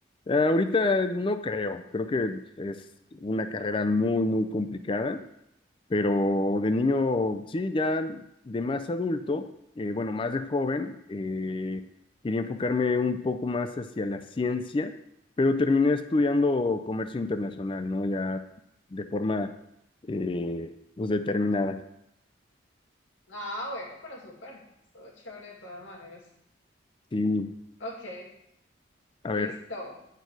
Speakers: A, on the left; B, on the left.
A: Eh, ahorita no creo, creo que es una carrera muy, muy complicada. Pero de niño, sí, ya de más adulto, eh, bueno, más de joven, eh, quería enfocarme un poco más hacia la ciencia, pero terminé estudiando comercio internacional, ¿no? Ya de forma, eh, pues determinada.
B: Ah, bueno, pero súper. Estuvo chévere de todas maneras.
A: Sí,
B: Ok,
A: a
B: listo.
A: ver,